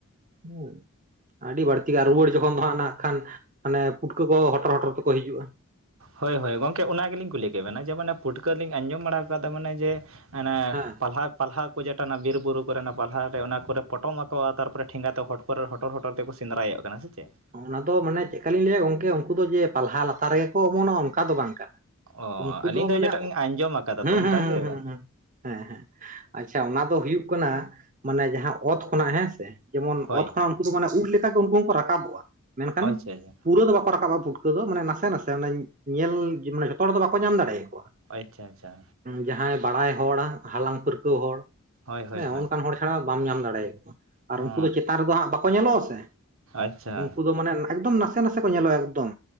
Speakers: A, on the right (about 35°); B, on the right (about 70°).
A: ᱦᱩᱸ ᱟᱹᱰᱤ ᱵᱟᱹᱲᱛᱤ ᱜᱮ ᱨᱩᱣᱟᱹᱲ ᱡᱚᱠᱷᱚᱱ ᱩᱱ ᱫᱚ ᱱᱟᱜ ᱠᱷᱟᱱ ᱢᱟᱱᱮ ᱯᱩᱴᱠᱟᱹ ᱠᱚᱦᱚᱸ ᱦᱚᱴᱚᱨ ᱦᱚᱴᱚᱨ ᱛᱮ ᱠᱚ ᱦᱤᱡᱩᱜᱼᱟ᱾
B: ᱦᱳᱭ ᱦᱳᱭ ᱜᱚᱢᱠᱮ ᱚᱱᱟ ᱜᱮᱞᱤᱧ ᱠᱩᱞᱤ ᱠᱮᱵᱮᱱᱟ ᱡᱮ ᱢᱟᱱᱮ ᱯᱩᱴᱠᱟᱹ ᱞᱤᱧ ᱟᱸᱡᱚᱢ ᱵᱟᱲᱟ ᱟᱠᱟᱫᱟ ᱢᱟᱱᱮ ᱡᱮ ᱢᱟᱱᱮ
A: ᱦᱮᱸ
B: ᱯᱟᱞᱦᱟ ᱯᱟᱞᱦᱟ ᱠᱚ ᱡᱟᱴᱮᱱᱟᱜ ᱚᱱᱟ ᱵᱤᱨ ᱵᱩᱨᱩ ᱠᱚᱨᱮ ᱱᱟᱜ ᱯᱟᱞᱦᱟ ᱨᱮ ᱚᱱᱟ ᱠᱚᱨᱮ ᱯᱚᱴᱚᱢ ᱟᱠᱚᱼᱟ ᱛᱟᱨᱯᱚᱨᱮ ᱴᱷᱮᱸᱜᱟ ᱛᱮ ᱦᱚᱲ ᱠᱚ ᱩᱯᱚᱨ ᱨᱮ ᱦᱚᱴᱚᱨ ᱦᱚᱴᱚᱨ ᱛᱮ ᱠᱚ ᱥᱮᱸᱫᱽᱟᱭᱮᱫ ᱠᱟᱱᱟ ᱥᱮ ᱪᱮ ᱾
A: ᱚᱱᱟ ᱫᱚ ᱢᱟᱱᱮ ᱪᱮᱫ ᱞᱮᱠᱟ ᱞᱤᱧ ᱞᱟᱹᱭᱟ ᱜᱚᱝᱠᱮ ᱩᱱᱠᱩ ᱫᱚ ᱡᱮ ᱯᱟᱞᱦᱟ ᱞᱟᱛᱟᱨ ᱨᱮᱜᱮ ᱠᱚ ᱚᱢᱚᱱᱚᱜᱼᱟ ᱚᱱᱠᱟ ᱫᱚ ᱵᱟᱝ ᱠᱟᱱᱟ ᱾
B: ᱚ
A: ᱩᱱᱠᱩ
B: ᱟᱹᱞᱤᱧ
A: ᱫᱚ ᱢᱟᱱᱮ
B: ᱡᱮᱴᱟ ᱞᱤᱧ ᱟᱸᱡᱚᱢ ᱟᱠᱟᱫᱟ
A: ᱦᱮᱸ
B: ᱛᱚ ᱚᱱᱠᱟ
A: ᱦᱩᱸ
B: ᱜᱮ
A: ᱦᱸ ᱦᱸ ᱦᱸ ᱾ ᱦᱮᱸ ᱦᱮᱸ ᱟᱪᱪᱷᱟ ᱚᱱᱟ ᱫᱚ ᱦᱩᱭᱩᱜ ᱠᱟᱱᱟ ᱢᱟᱱᱮ ᱡᱟᱦᱟᱸ ᱚᱛ ᱠᱷᱚᱱᱟᱜ ᱦᱮᱸ ᱥᱮ ᱡᱮᱢᱚᱱ
B: ᱦᱳᱭ
A: ᱚᱛ ᱠᱷᱚᱱᱟᱜ ᱩᱱᱠᱩ ᱫᱚ ᱢᱟᱱᱮ ᱩᱫ ᱞᱮᱠᱟᱜᱮ ᱩᱱᱠᱩ ᱦᱚᱸᱠᱚ ᱨᱟᱠᱟᱵᱚᱜᱼᱟ ᱢᱮᱱᱠᱷᱟᱱ
B: ᱟᱪᱪᱷᱟ
A: ᱯᱩᱨᱟᱹ ᱫᱚ ᱵᱟᱠᱚ ᱨᱟᱠᱟᱵᱼᱟ ᱯᱩᱴᱠᱟᱹ ᱫᱚ ᱢᱟᱱᱮ ᱱᱟᱥᱮ ᱱᱟᱥᱮ ᱧᱮᱞ ᱢᱟᱱᱮ ᱡᱚᱛᱚ ᱦᱚᱲ ᱫᱚ ᱵᱟᱠᱚ ᱧᱟᱢ ᱫᱟᱲᱮᱭᱟ ᱠᱚᱣᱟ᱾
B: ᱟᱪᱪᱷᱟ ᱟᱪᱪᱷᱟ
A: ᱡᱟᱦᱟᱸᱭ ᱵᱟᱲᱟᱭ ᱦᱚᱲ ᱦᱟᱞᱟᱝ ᱯᱟᱹᱨᱠᱟᱹᱣ ᱦᱚᱲ
B: ᱦᱳᱭ ᱦᱳᱭ
A: ᱦᱮᱸ
B: ᱦᱳᱭ
A: ᱚᱱᱠᱟᱱ ᱦᱚᱲ ᱪᱷᱟᱲᱟ ᱵᱟᱢ ᱧᱟᱢ ᱫᱟᱲᱮᱭᱟ ᱠᱚᱣᱟ ᱟᱨ
B: ᱚ
A: ᱩᱱᱠᱩ ᱫᱚ ᱪᱮᱛᱟᱱ ᱨᱮᱫᱚ ᱦᱟᱸᱜ ᱵᱟᱠᱚ ᱧᱮᱞᱚᱜ-ᱟ ᱥᱮ
B: ᱟᱪᱪᱷᱟ
A: ᱩᱱᱠᱩ ᱫᱚ ᱢᱟᱱᱮ ᱮᱠᱫᱚᱢ ᱱᱟᱥᱮ ᱱᱟᱥᱮ ᱠᱚ ᱧᱮᱞᱚᱜᱼᱟ ᱮᱠᱫᱚᱢ